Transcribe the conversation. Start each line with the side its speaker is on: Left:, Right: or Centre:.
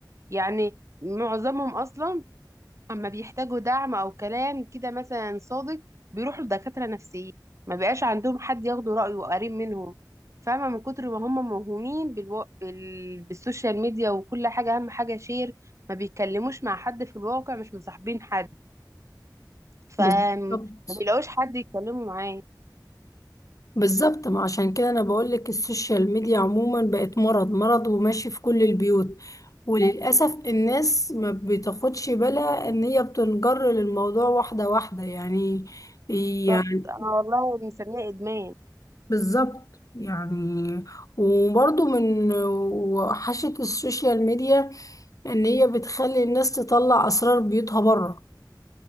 Right: يعني معظمهم اصلا اما بيحتاجوا دعم او كلام كده مثلا صادق بيروحوا لدكاترة نفسيين ما بيبقاش عندهم حد ياخدوا رأيه قريب منهم فاهمة من كتر ما هم موهومين بالو... بال... بالسوشيال ميديا وكل حاجة أهم حاجة شير ما بيتكلموش مع حد في الواقع مش مصاحبين حد فما
Left: بالظبط
Right: بيلاقوش حد يتكلموا معاه
Left: بالظبط ما عشان كده انا بقول لك السوشيال ميديا عموما بقت مرض مرض وماشي في كل البيوت وللاسف الناس ما بتاخدش بالها ان هي بتنجر للموضوع واحدة واحدة يعني
Right: بالظبط
Left: يعني
Right: أنا والله مسميها إدمان
Left: بالظبط يعني وبرضه من وحشة السوشيال ميديا ان هي بتخلي الناس تطلع اسرار بيوتها بره